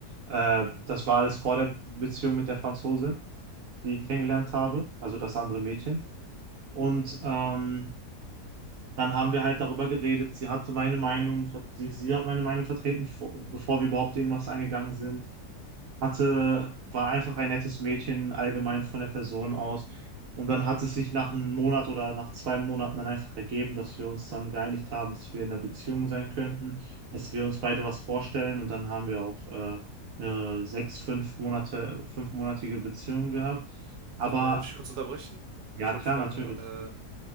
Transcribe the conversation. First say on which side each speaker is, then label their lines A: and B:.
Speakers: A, on the right (about 60°); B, on the right (about 80°).
A: Äh, das war alles vor der Beziehung mit der Franzose, die ich kennengelernt habe, also das andere Mädchen. Und ähm, dann haben wir halt darüber geredet. Sie hatte meine Meinung, ver- sie, sie hat meine Meinung vertreten, vor, bevor wir überhaupt irgendwas eingegangen sind hatte, war einfach ein nettes Mädchen allgemein von der Person aus. Und dann hat es sich nach einem Monat oder nach zwei Monaten dann einfach ergeben, dass wir uns dann geeinigt haben, dass wir in einer Beziehung sein könnten, dass wir uns beide was vorstellen. Und dann haben wir auch äh, eine sechs, fünf Monate, fünfmonatige Beziehung gehabt. Aber
B: Äh, darf ich kurz unterbrechen?
A: ja,
B: Ich wollte
A: klar,
B: fragen,
A: natürlich.
B: äh,